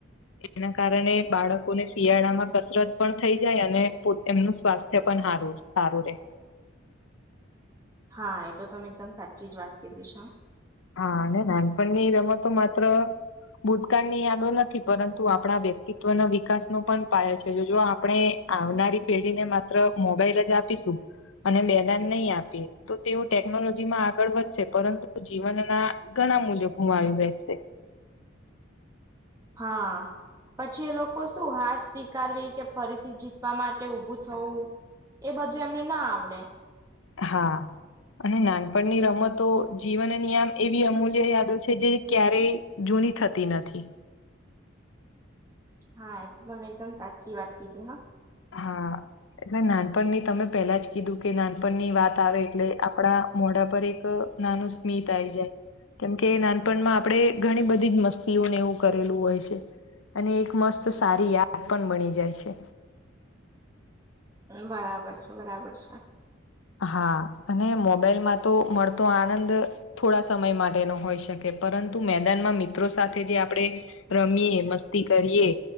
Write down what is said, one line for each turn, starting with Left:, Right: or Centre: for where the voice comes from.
Left: એના કારણે બાળકોને શિયાળામાં કસરત પણ થઈ જાય અને પો એમનું સ્વાસ્થ્ય પણ હારું સારું રહેે.
Right: હા એ તો તમે એકદમ સાચી જ વાત કીધી છે હો.
Left: હા અને નાનપણની રમતો માત્ર ભૂતકાળની યાદો ન પરંતુ આપણા વ્યક્તિત્વ ના વિકાસ નો પણ પાયો છે જો આપણે આવનારી પેઢીને માત્ર મોબાઈલ જ આપીશું અને બેદાન નહીં આપીએ તો તેઓ ટેકનોલોજી માં આગળ વધશે પરંતુ જ જીવન ના ઘણા મૂલ્યો ગુમાવવી બેસે.
Right: હા. પછી એ લોકો શું હાર સ્વીકારવી કે ફરીથી જીતવા માટે ઉભું થવું એ બધું અમને ના આવડે.
Left: હા. અને નાનપણની રમતો, જીવનની આમ એવી અમૂલ્ય યાદો છે જે ક્યારેય જૂની થતી નથી.
Right: હા, એ તો તમેં એકદમ સાચી વાત કીધી હા.
Left: હા, એટલે નાનપણની તમે પેલા જ કીધું કે નાનપણની વાત આવે એટલે આપડા મોઢા પર એક, નાનું સ્મિત આઈ જાય. કેમકે એ નાનપણમાં આપડે, ઘણી બધી જ મસ્તીઓ ને એવું કરેલું હોય છે. અને એક મસ્ત સારી <inaudible> પણ બની જાય છે.
Right: બરાબર છે, બરાબર છે.
Left: અહા, અને મોબાઈલમાં તો મળતો આનંદ થોડા સમય માટેનો હોઈ શકે, પરંતુ મેદાનમાં મિત્રો સાથે જે આપડે રમીએ, મસ્તી કરીએ,